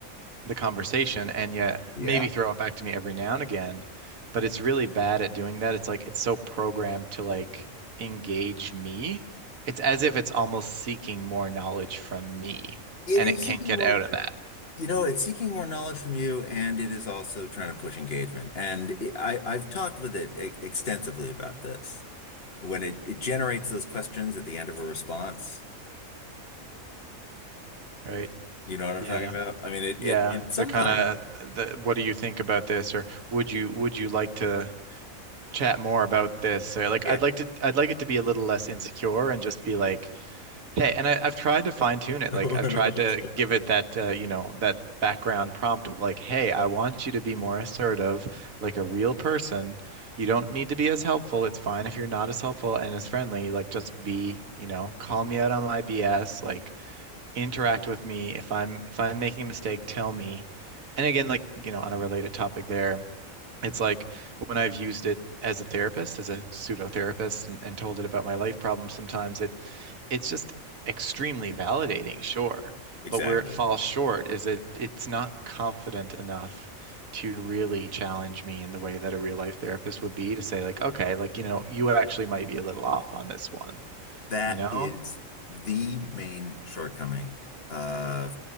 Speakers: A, on the right (about 80°); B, on the left (about 45°).
A: the conversation and yet
B: Yeah.
A: maybe throw it back to me every now and again, but it's really bad at doing that. It's like it's so programmed to like engage me. It's as if it's almost seeking more knowledge from me
B: It
A: and
B: is
A: it can't
B: seeking
A: get
B: more,
A: out of that.
B: you know, it's seeking more knowledge from you and it is also trying to push engagement. And it, I, I've talked with it e- extensively about this. When it, it generates
A: Hmm.
B: those questions at the end of a response,
A: Right?
B: you know what I'm
A: Yeah.
B: talking about? I mean, it,
A: Yeah.
B: it, and sometimes,
A: The kind of the what do you think about this or would you would you like to chat more about this? Or like
B: yeah,
A: I'd like to I'd like it to be a little less insecure and just be like Hey, and I, I've tried to fine tune it.
B: <laughs>
A: Like I've tried to give it that, uh, you know, that background prompt of like, hey, I want you to be more assertive, like a real person. You don't need to be as helpful. It's fine if you're not as helpful and as friendly. Like just be, you know, call me out on my BS. Like interact with me. If I'm if I'm making a mistake, tell me. And again, like, you know, on a related topic there it's like when I've used it as a therapist, as a pseudo therapist, and, and told it about my life problems, sometimes it it's just extremely validating, sure.
B: exactly.
A: But where it falls short is that it's not confident enough to really challenge me in the way that a real life therapist would be to say, like, okay, like, you know, you actually might be a little off on this one,
B: That
A: you know?
B: is the main shortcoming uh,